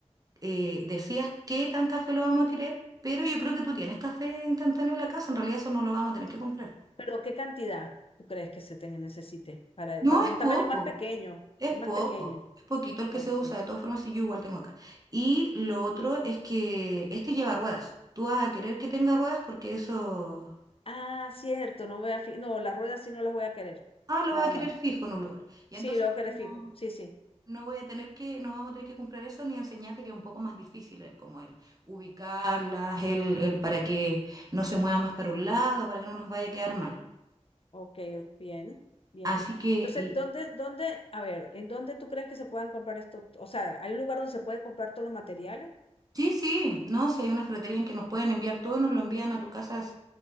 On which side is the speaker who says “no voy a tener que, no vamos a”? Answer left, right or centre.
Right